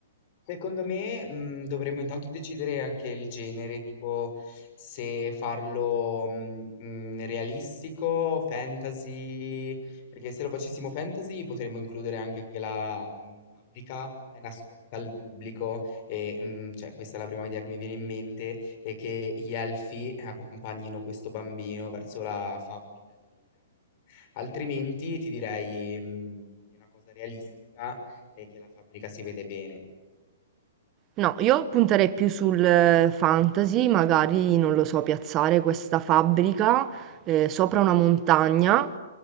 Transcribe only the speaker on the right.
No, io punterei più sul eh, fantasy, magari, non lo so, piazzare questa fabbrica, ehm, sopra una montagna,